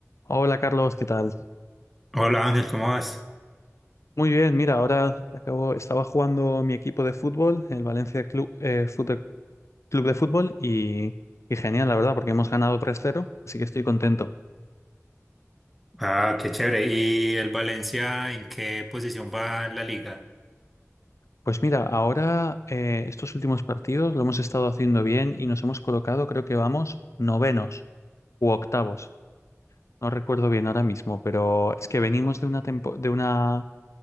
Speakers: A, on the left; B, in the centre.
A: Hola Carlos, ¿qué tal?
B: Hola Ángel, ¿cómo vas?
A: Muy bien, mira, ahora acabo, estaba jugando mi equipo de fútbol, el Valencia Club, eh, Fútbol- Club de Fútbol, y, y genial, la verdad, porque hemos ganado tres cero, así que estoy contento.
B: Ah, qué chévere. ¿Y el Valencia en qué posición va en la liga?
A: Pues mira, ahora eh, estos últimos partidos lo hemos estado haciendo bien y nos hemos colocado, creo que vamos, novenos u octavos. No recuerdo bien ahora mismo, pero es que venimos de una tempo- de una